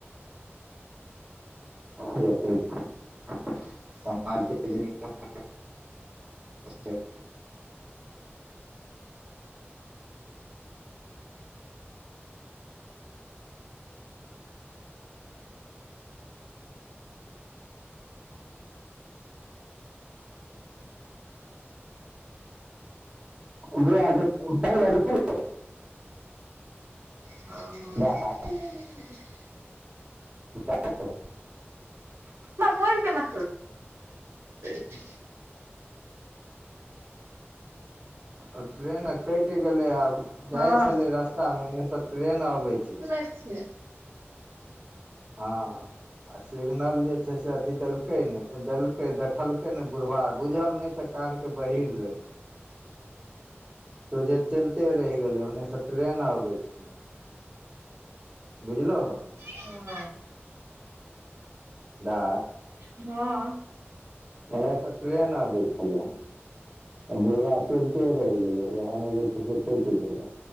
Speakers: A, on the right; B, on the right.
A: समाजके <unintelligible> अचछा <unintelligible> ब पहिला रख <unintelligible>
B: हँ
A: वाह <unintelligible>
B: <unintelligible>
A: जा <unintelligible>
B: बर केना <unintelligible>
A: आ ट्रेन कैट गेलै आब
B: हँ
A: जाइ छलै रस्तामे ओन्नेसँ ट्रेन अबै छलै।
B: छिया
A: आ सिगनल जे छै से अथी देल देलकै नै देलकै देखलकै ने बुढ़वा बुझल नै छ कान के बहीर रहै। त जे चैलते रैह गेलै ओन्नेसँ ट्रेन आबै छलै बुझलहो।
B: हं
A: दा
B: हँ
A: ओने स ट्रेन अबैइ छलैय आ बुढ़बा चैलते रहि गेलै उहै मे जे छैय से कैट गेलै